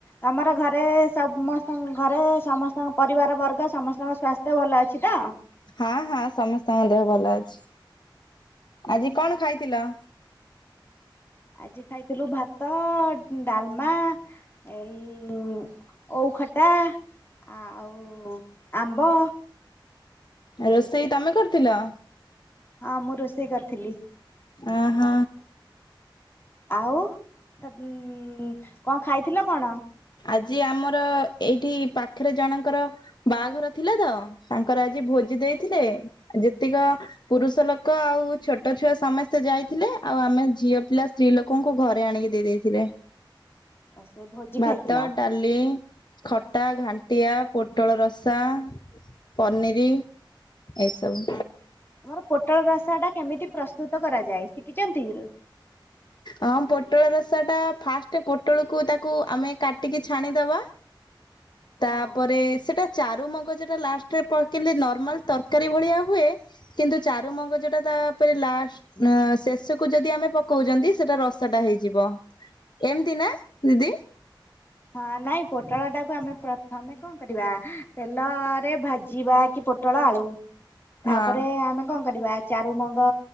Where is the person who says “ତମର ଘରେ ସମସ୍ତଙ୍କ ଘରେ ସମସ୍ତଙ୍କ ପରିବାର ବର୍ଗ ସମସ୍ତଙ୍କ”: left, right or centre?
Left